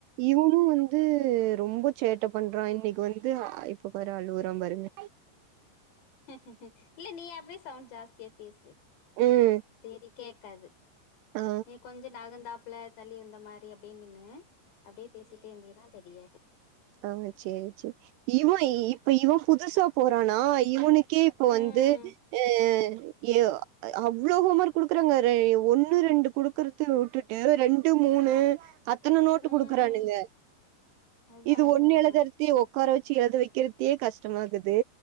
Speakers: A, on the right; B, on the left.
A: இவனு வந்து ரொம்ப சேட்ட பண்றா இன்னிக்கு வந்து இப்ப பாரு அலுவுறா பாருங்க.
B: ஹஹ இல்ல நீ அப்படியே சவுண்ட் ஜாஸ்தியா பேசு.
A: ம்.
B: சேரி. கேக்காது.
A: ஆ,
B: நீ கொஞ்சோ நகந்தாப். ள்ள தள்ளி வந்த மாரி அப்படியே நின்னு. அப்டியே பேசிட்டே இருதின்னா தெரியா. <inaudible>
A: ஆஹ சேரி சேரி இவ இப்ப இவ புதுசா. போறானா இவனுக். கே இப்போ
B: ம்
A: வந்து அஹ. ஏ அவ்வளவு ஹோம் ஒர்க் குடுக்குறாங்க ஒண்ணு ரெண்டு குடுக்குறது வுட்டுட்டு ரெண்டு மூணு. அத்தன நோட்டு
B: ம்
A: குடுக்குறானுங்க.
B: அதா
A: இது
B: அதா
A: ஒண்ணு
B: அதா
A: எளுதுரதுக்கே ஒக். காற வச்சு எழுத வைக்கிறதுக்கே கஷ்டமா இருக்குது.